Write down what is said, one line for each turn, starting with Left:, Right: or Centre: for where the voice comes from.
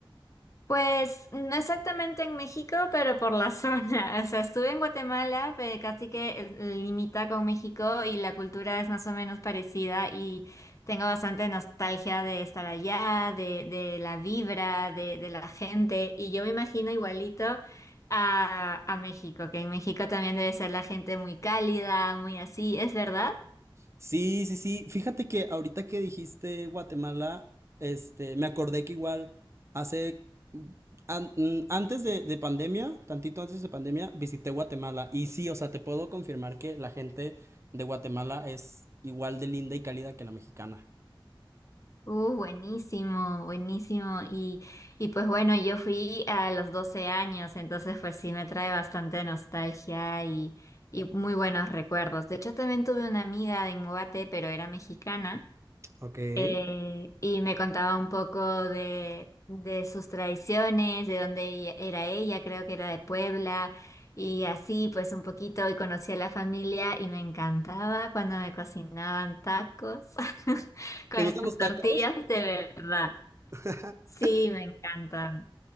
Left: Pues no exactamente en México, pero por la zona. <laughs> O sea, estuve en Guatemala, pero casi que eh, limita con México y la cultura es más o menos parecida y tengo bastante nostalgia de estar allá, de, de la vibra, de, de la gente y yo me imagino igualito a, a México, que en México también debe ser la gente muy cálida, muy así, ¿es verdad?
Right: Sí, sí, sí. Fíjate que ahorita que dijiste Guatemala, este, me acordé que igual hace, an- mm, antes de, de pandemia, tantito antes de pandemia, visité Guatemala. Y sí, o sea, te puedo confirmar que la gente de Guatemala es igual de linda y cálida que la mexicana.
Left: Uh, buenísimo, buenísimo. Y, y pues bueno, yo fui a los 12 años, entonces pues sí me trae bastante nostalgia y, y muy buenos recuerdos. De hecho, también tuve una amiga de Inmobate, pero era mexicana,
Right: Ok. ¿Te
Left: eh, y me contaba un poco de, de sus tradiciones, de dónde ella- era ella, creo que era de Puebla, y así pues un poquito, y conocí a la familia y me encantaba cuando me cocinaban tacos, <laughs>
Right: gustan los tacos?
Left: tortillas de verdad.
Right: <laughs>
Left: Sí, me encantan.